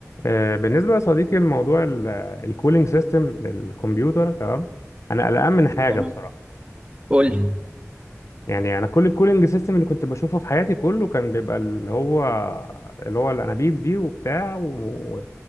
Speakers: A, on the left; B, on the right.
A: آه، بالنسبة يا صديقي لموضوع الكولينج سيستم للكمبيوتر تمام أنا قلقان من حاجة
B: تمام
A: بصراحة
B: قول لي
A: يعني أنا كل الكولينج سيستم اللي كنت بشوفه في حياتي كله كان بيبقى اللي هو اللي هو الأنابيب دي وبتاع و...